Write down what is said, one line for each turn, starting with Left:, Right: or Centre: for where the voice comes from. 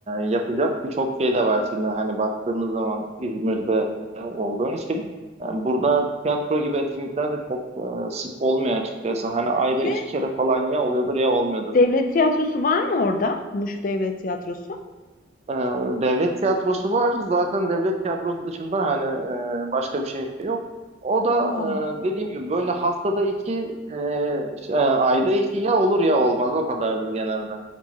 Right: yapacak birçok şey de var şimdi. Hani baktığımız zaman İzmir'de olduğun için e, burada tiyatro gibi etkinlikler de çok e, sık olmuyor açıkçası. Hani ayda
Left: Şey,
Right: iki kere falan ya oluyordur ya olmuyordur.
Left: devlet tiyatrosu var mı orada? Muş Devlet Tiyatrosu.
Right: Ee, devlet tiyatrosu var. Zaten devlet tiyatrosu dışında hani e, başka bir şey yok. O da
Left: Aa,
Right: e, dediğim gibi böyle haftada iki, e, ş- e, ayda iki ya olur ya olmaz. O kadardır genelde.